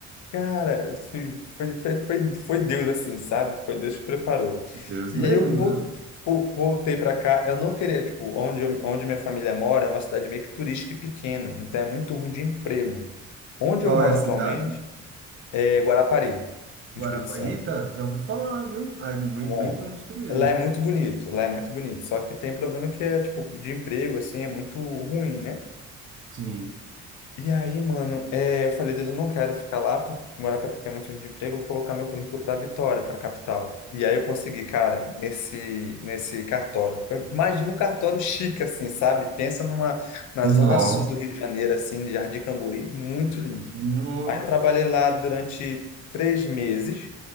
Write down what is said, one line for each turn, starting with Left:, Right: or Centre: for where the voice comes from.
Left: Cara, foi, foi, foi, foi foi Deus assim, sabe? Foi Deus que preparou.
Right: Deus
Left: E
Right: mesmo,
Left: aí eu vol-
Right: viu?
Left: vol- voltei para cá. Eu não queria, tipo, onde, eu- onde minha família mora é uma cidade meio que turística e pequena, então é muito ruim de emprego. Onde
Right: Qual
Left: eu moro
Right: é a
Left: atualmente
Right: cidade?
Left: é Guarapari,
Right: Guarapá.
Left: no Espírito Santo.
Right: Eita, já ouvi falar, viu? Ah, É bem,
Left: Bom,
Right: bem turística mesmo.
Left: lá é muito bonito, lá é muito bonito, só que tem um problema que é, tipo, de emprego, assim, é muito ruim, né?
Right: Sim.
Left: E aí, mano, é, eu falei, Deus, eu não quero ficar lá, por, morar para porque é muito ruim de emprego, eu vou colocar meu currículo para Vitória, para capital. E aí eu consegui, cara, nesse, nesse cartório. Imagina um cartório chique, assim, sabe? Pensa numa, na
Right: Nossa.
Left: zona sul do Rio de Janeiro, assim, de Jardim Camburi, muito lindo.
Right: Nossa.
Left: Aí trabalhei lá durante três meses